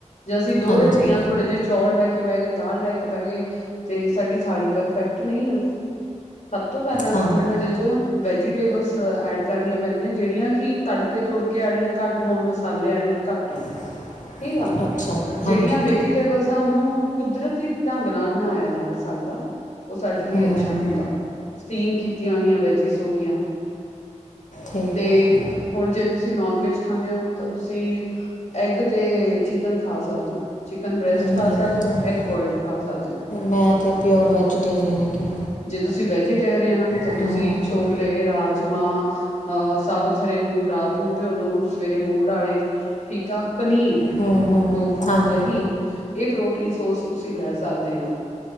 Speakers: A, on the left; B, on the left.
A: ਜਾਂ ਅਸੀਂ ਦੋ
B: ਹਾਂਜੀ
A: ਰੋਟੀਆਂ, ਥੋੜੇ ਜਿਹੇ ਚੌਲ ਲੈ ਕੇ ਬਹਿ ਗਏ ਦਾਲ ਲੈ ਕੇ ਬਹਿ ਗਏ,। ਤੇ ਸਾਡੀ ਥਾਲੀ ਪਰਫੈਕਟ ਨਹੀਂ ਆ ਸਭ ਤੋਂ ਪਹਿਲਾਂ
B: ਹਾਂਜੀ
A: ਸਾਨੂੰ ਉਹਦੇ ਚ ਵੈਜੀਟੇਬਲਸ ਐਡ ਕਰਨੀਆਂ ਪੈਂਦੀਆਂ, ਜਿਹੜੀਆਂ ਕਿ ਤੜਕੇ -ਤੁੜਕੇ ਵਾਲੀਆਂ ਘੱਟ ਮਸਾਲੇ ਆਲੀਆਂ ਘੱਟ ਹੋਣ।
B: <unintelligible> <inaudible>
A: ਠੀਕ ਆ,
B: ਅੱਛਾ ਜੀ
A: ਜਿਹੜੀਆਂ
B: ਹਾਂਜੀ
A: ਵੇਜੀਟੇਬਲਸ ਆ ਉਹਨੂੰ ਕੁਦਰਤੀ ਢੰਗ ਨਾਲ ਬਣਾਇਆ ਜਾ ਸਕਦਾ, ਉਹ ਸਾਡੇ ਲਈ
B: ਹੂੰ
A: ਅੱਛਾ ਹੁੰਦਾ। ਸਟੀਮ ਕੀਤੀਆਂ ਹੋਈਆਂ ਵੈਜਿਸ ਹੋਗੀਆਂ,
B: ਠੀਕ
A: ਤੇ
B: ਹੈ ਜੀ
A: ਹੁਣ ਜੇ ਤੁਸੀਂ ਨੋਨ ਵੈਜ ਖਾਂਦੇ ਹੋ, ਤਾਂ ਤੁਸੀਂ ਐਗ ਤੇ ਚਿਕਨ ਖਾ ਸਕਦੇ ਹੋ। ਚਿਕਨ ਬ੍ਰੈਸਟ
B: ਨਹੀਂ
A: ਖਾ ਸਕਦੇ ਹੋ ਐਗ ਬੋਇਲਡ ਖਾ ਸਕਦੇ ਹੋ।
B: ਮੈਂ ਤਾਂ ਪਿਓਰ ਵੈਜੀਟੇਰੀਅਨ ਹੈਗੀ
A: ਜੇ ਤੁਸੀਂ ਵੈਜੀਟੇਰੀਅਨ ਤਾਂ
B: ਹਾਂ
A: ਤੁਸੀਂ
B: ਹੂੰ
A: ਛੋ ਲੇ ਰਾਜਮਾਹ ਅਹ ਸਾਬਤ ਹਰੇ ਮੂੰਗ ਰਾਤ ਨੂੰ ਭਿਓ ਦੋ, ਸਵੇਰੇ ਮੂੜ ਆਵੇ ਠੀਕ ਆ ਪਨੀਰ।
B: ਹੂੰ ਹੂੰ
A: ਟੋਫੂ
B: ਹਾਂਜੀ
A: ਦਹੀਂ ਇਹ ਪ੍ਰੋਟੀਨ ਸੋਰਸ ਤੁਸੀਂ ਲੈ ਸਕਦੇ ਆਂ,